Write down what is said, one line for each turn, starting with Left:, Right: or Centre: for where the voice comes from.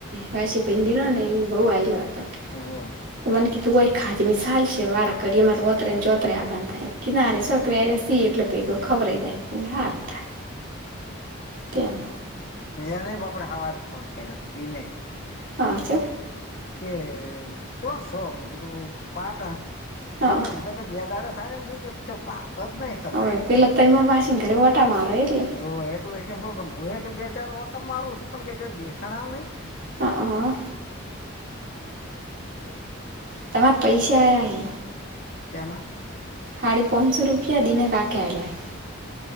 Right: વાસી પહી દીલો ને ઈ બહુ હાયલો તો.
Left: <unintelligible>
Right: તમાંને કીધું હોય ખાચે મિશાલ શેવારે કડી મર ઓતરેન ચોતરે આપન થાય. કિનારે
Left: હા
Right: છોકરેને સી એટલે ભેગું ખવરાય જાય. <unintelligible> કેમ
Left: એયેને બાપરે હવારે ફોન કરયો ત દિનેહ.
Right: હા ચ
Left: કે ચોસોમ કીધું, પાટણ.
Right: હા
Left: લાગે હું તો કે બેદારે થાય શું કે પછો પાડતો જ નહી. તમને
Right: હોયે. પેલા તો એ <unintelligible> માસીન ઘરે ઓટા મારો એટલે.
Left: હો એટલે કેતો તો હું એક કે બે ચાર ઓટા મારું સું, પણ કેય જ દેખાણા નહી.
Right: હા
Left: <unintelligible>
Right: તમાર પૈસા આયા હે.
Left: શેના?
Right: હાડી પાંસો રૂપિયા દિને કા કે આયા હે.